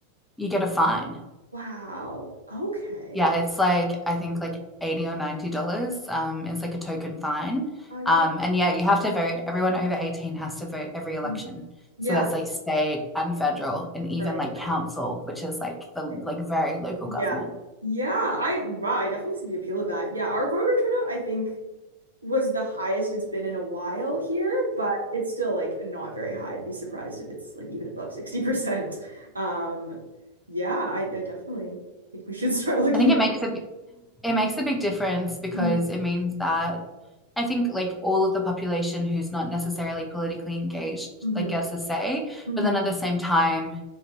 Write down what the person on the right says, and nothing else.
Wow. Okay.
Oh yeah.
Mhm. Yeah,
right,
right.
right.
Yeah.
Yeah, I wow, I definitely see the appeal of that. Yeah, our voter turnout, I think was the highest it's been in a while here, but it's still like not very high. I'd be surprised if it's like even above 60%. <laughs> Um, yeah, I, I definitely think we should <laughs> start looking
at
Mhm,
mhm,
mhm,